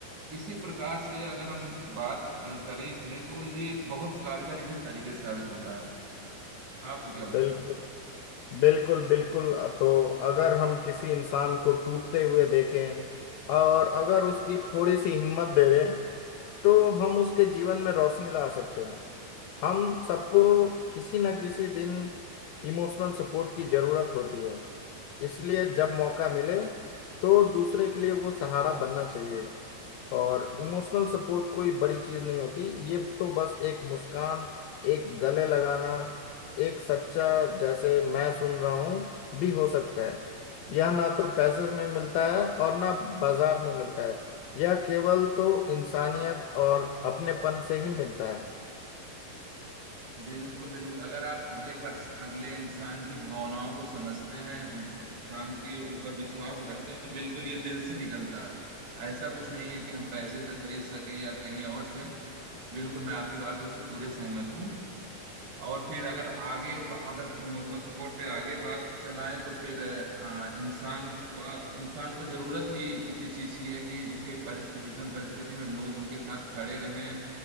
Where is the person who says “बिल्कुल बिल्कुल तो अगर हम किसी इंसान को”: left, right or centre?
Left